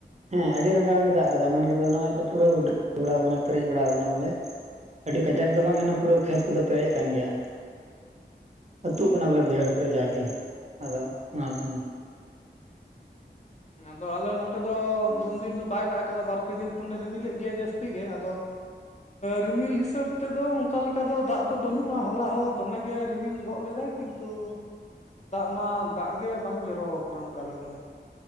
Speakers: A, on the right; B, on the left.
A: ᱦᱮᱸ ᱟᱹᱰᱤ ᱨᱟᱸᱜᱟᱣ ᱜᱮ ᱫᱟᱜ ᱠᱟᱫᱟ ᱢᱮᱱ ᱠᱟᱛᱮ ᱱᱚᱜᱼᱚᱭ ᱛᱚ ᱯᱩᱨᱟᱹ ᱰᱩ ᱵᱟᱲᱟᱣ ᱠᱟᱱᱟ ᱯᱮᱨᱮᱡ ᱵᱟᱲᱟᱣ ᱠᱟᱱᱟ ᱵᱚᱞᱮ ᱟᱹᱰᱤ ᱠᱟᱡᱟᱠ ᱫᱚ ᱵᱟᱝᱥ ᱮᱱᱦᱚ ᱯᱩᱲᱟᱹ ᱠᱷᱮᱛ ᱠᱚᱫᱚ ᱯᱮᱨᱮᱡ ᱟᱠᱟᱱ ᱜᱮᱭᱟ ᱟᱹᱛᱩᱜ ᱠᱟᱱᱟ ᱵᱚᱞᱮ ᱵᱟᱹᱭᱦᱟᱹᱲ ᱠᱚᱨᱮ ᱡᱟᱜᱮ ᱟᱫᱚ ᱚᱱᱟᱛᱤᱧ
B: ᱟᱫᱚ ᱟᱞᱮ ᱱᱚᱛᱮ ᱫᱚ ᱩᱱᱫᱤᱱ ᱫᱚ ᱵᱟᱭ ᱫᱟᱜ ᱟᱠᱟᱫᱟ ᱵᱟᱨᱯᱮ ᱫᱤᱱ ᱠᱷᱚᱱᱮ ᱨᱤᱢᱤᱞᱮᱫ ᱜᱮᱭᱟ ᱡᱟᱹᱥᱛᱤ ᱜᱮ ᱟᱫᱚ ᱨᱤᱢᱤᱞ ᱦᱤᱥᱟᱹᱵ ᱛᱮᱫᱚ ᱚᱱᱠᱟ ᱞᱮᱠᱟ ᱫᱚ ᱫᱟᱜ ᱫᱚ ᱵᱟᱹᱱᱩᱜᱼᱟ ᱦᱚᱞᱟ ᱦᱚᱸ ᱫᱚᱢᱮ ᱜᱮ ᱨᱤᱢᱤᱞ ᱜᱚᱜ ᱞᱮᱫᱟᱭ ᱠᱤᱱᱛᱩ ᱫᱟᱜ ᱢᱟ ᱫᱟᱜ ᱜᱮ ᱵᱟᱝ ᱡᱚᱨᱚ ᱟᱠᱟᱱᱟ ᱚᱱᱠᱟ ᱞᱮᱠᱟ ᱫᱚ